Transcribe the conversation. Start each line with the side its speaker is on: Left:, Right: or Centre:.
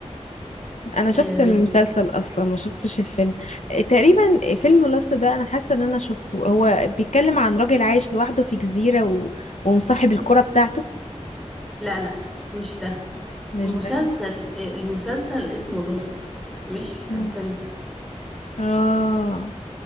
Left: انا
Centre: آه
Left: شفت المسلسل اصلا ما شفتش الفيلم إيه، تقريبا فيلم لوست ده انا حاسه ان انا شفته هو بيتكلم عن راجل عايش لوحده في جزيره و... ومصاحب الكره بتاعته
Centre: لا لا مش ده
Left: مش
Centre: مسلسل
Left: ده
Centre: آه، المسلسل اسمه لوست مش
Left: مم.
Centre: فيلم
Left: اه